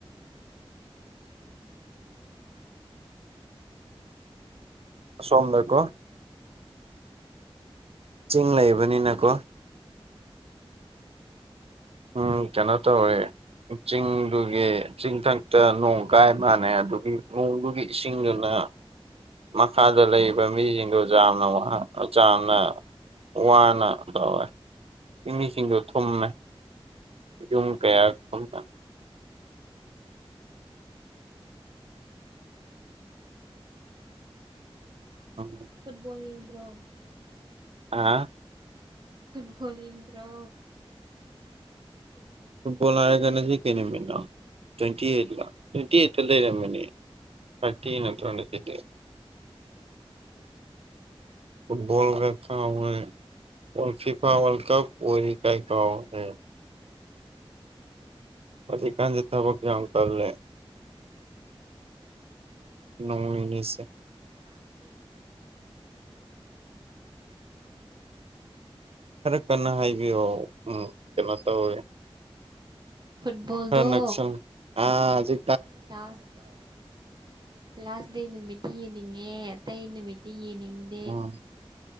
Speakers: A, on the right (about 45°); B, on the right (about 75°).
A: ꯎꯝ
B: ꯑꯁꯣꯝꯗ ꯀꯣ꯫
A: ꯎꯝ
B: ꯆꯤꯡ ꯂꯩꯕꯅꯤꯅꯀꯣ꯫
A: ꯎꯝ
B: ꯎꯝ ꯀꯩꯅꯣ ꯇꯧꯋꯦ, ꯆꯤꯡꯗꯨꯒꯤ ꯆꯤꯡꯊꯛꯇ ꯅꯣꯡ ꯀꯥꯏ ꯃꯥꯅꯦ ꯑꯗꯨꯒꯤ ꯅꯣꯡꯗꯨꯒꯤ ꯏꯁꯤꯡꯗꯨꯅ ꯃꯈꯥꯗ ꯂꯩꯔꯤꯕ ꯃꯤꯁꯤꯡꯗꯣ ꯖꯥꯝꯅ ꯋꯥ ꯖꯥꯝꯅ ꯋꯥꯅ ꯇꯧꯋꯦ ꯆꯤꯡꯃꯤꯁꯤꯡꯗꯣ ꯊꯨꯝꯃꯦ꯫ ꯌꯨꯝ ꯀꯌꯥ ꯊꯨꯝꯃꯦ? <inaudible>
A: ꯐꯨꯠꯕꯣꯜ ꯌꯦꯡꯗ꯭ꯔꯣ?
B: ꯑꯥ
A: ꯐꯨꯠꯕꯣꯜ ꯌꯦꯡꯗ꯭ꯔꯣ? ꯐꯨꯠꯕꯣꯜ꯫
B: ꯐꯨꯠꯕꯣꯜ ꯍꯥꯏꯔꯒꯥꯟꯅ ꯁꯤ ꯀꯩꯅꯃꯤꯅꯣ ꯇ꯭ꯋꯦꯟꯇꯤ ꯑꯩꯠꯂ ꯇ꯭ꯋꯦꯟꯇꯤ ꯑꯩꯠꯇ ꯂꯩꯔꯝꯃꯤꯅꯦ꯫ ꯊꯥꯔꯇꯤ ꯅꯠꯇ꯭ꯔꯣ ꯍꯟꯗꯛꯀꯤꯗꯤ?
A: <inaudible>
B: ꯐꯨꯠꯕꯣꯜꯒ ꯀꯧꯔꯦ꯫ ꯑꯣꯜ ꯐꯤꯐꯥ ꯋꯥꯜꯀꯞ ꯑꯣꯏꯔꯤ ꯀꯩ ꯀꯥꯎꯔꯦ꯫
A: <inaudible>
B: ꯍꯧꯖꯤꯛ ꯀꯥꯟꯁꯤ ꯊꯕꯛ ꯌꯥꯎ ꯇꯜꯂꯦ ꯅꯣꯡ ꯅꯤꯅꯤꯁꯦ
A: <unintelligible> ꯂꯥꯁ ꯗꯦ ꯅꯨꯃꯤꯠꯇꯤ ꯌꯦꯡꯅꯤꯡꯏ ꯑꯇꯩ ꯅꯨꯃꯤꯠꯇꯤ ꯌꯦꯡꯅꯤꯡꯗꯦ
B: ꯈꯔ ꯀꯟꯅ ꯍꯥꯏꯕꯤꯌꯣ ꯎꯝ ꯀꯩꯅꯣ ꯇꯧꯔꯦ
A: ꯐꯨꯠꯕꯣꯜꯗꯣ
B: ꯍꯔ ꯅꯛꯁꯟ ꯑꯥꯖꯤ
A: ꯗꯦꯟꯁ ꯂꯥꯁ ꯗꯦ ꯅꯨꯃꯤꯠꯇꯤ ꯌꯦꯡꯅꯤꯡꯉꯦ ꯑꯇꯩ ꯅꯨꯃꯤꯠꯇꯤ ꯌꯦꯡꯅꯤꯡꯉꯤ
B: ꯑꯥ